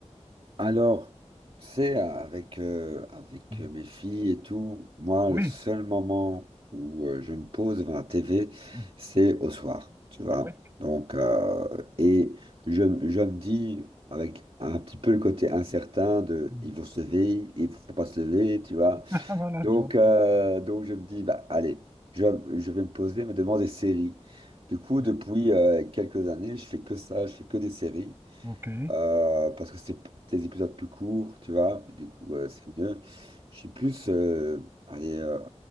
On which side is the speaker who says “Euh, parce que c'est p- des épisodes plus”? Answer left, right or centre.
Right